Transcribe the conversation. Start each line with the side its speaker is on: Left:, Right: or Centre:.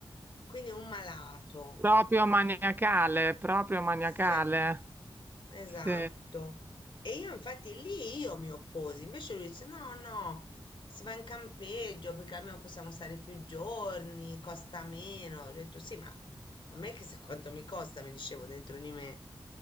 Left: quindi un malato.
Right: proprio maniacale, proprio maniacale.
Left: Sì, esatto.
Right: Sì.
Left: E io infatti lì io mi opposi, invece lui dice no, no, si va in campeggio perché almeno possiamo stare più giorni, costa meno. Ho detto sì, ma a me chissà quanto mi costa, mi dicevo dentro di me.